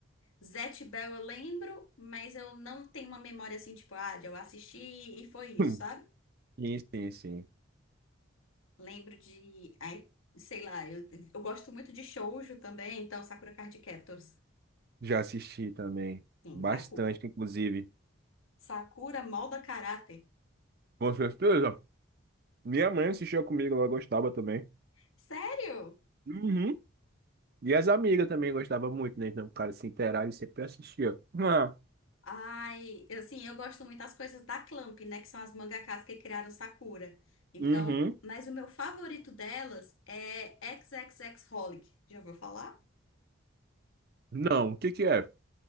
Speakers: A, on the left; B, on the right.
A: Zatch Bell eu lembro, mas eu não tenho uma memória assim, tipo, ah, de eu assisti e foi isso,
B: Hum.
A: sabe?
B: Sim, sim, sim.
A: Lembro de. Ai, sei lá, eu, eu gosto muito de shoujo também, então Sakura Card Captors.
B: Já assisti também.
A: Sim,
B: Bastante,
A: Saku.
B: inclusive.
A: Sakura molda caráter.
B: Com certeza. Minha mãe assistia comigo, ela gostava também.
A: Sério?
B: Uhum. E as amigas também gostavam muito, né? Então, o cara se inteirava e sempre assistia. Ah.
A: Ai, eu, assim, eu gosto muito das coisas da Clamp, né? Que são as mangakas que criaram Sakura. Então,
B: Uhum.
A: mas o meu favorito delas é xxxHolic. Já ouviu falar?
B: Não, o que que é?